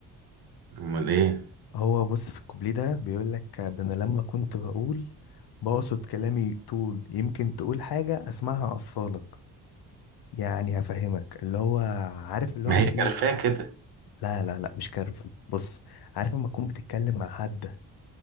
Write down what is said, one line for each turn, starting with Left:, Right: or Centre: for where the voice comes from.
Right: امال ايه
Left: هو بص في الكوبليه ده بيقول لك ده انا لما كنت بقول بقصد كلامي طول يمكن تقول حاجة اسمعها اصفالك يعني هفهمك اللي هو عارف اللي
Right: ما
Left: هو ما
Right: هي كرفاء
Left: تيجي
Right: كده
Left: لا لا لا مش كارف بص عارف لما تكون بتتكلم مع حد